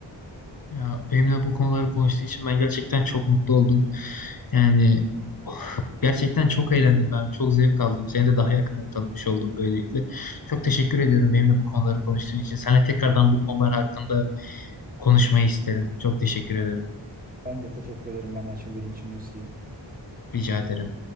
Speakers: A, on the left (about 50°); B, on the right (about 20°).
A: Ya benimle bu konuları konuştuğu için ben gerçekten çok mutlu oldum. Yani oh, gerçekten çok eğlendim ben. Çok zevk aldım. Seni de daha yakından tanımış oldum böylelikle. Çok teşekkür ediyorum benimle bu konuları konuştuğun için. Sana tekrardan bu konular hakkında konuşmayı isterim. Çok teşekkür ederim.
B: Ben de teşekkür ederim bana açıldığın için Lucy.
A: Rica ederim.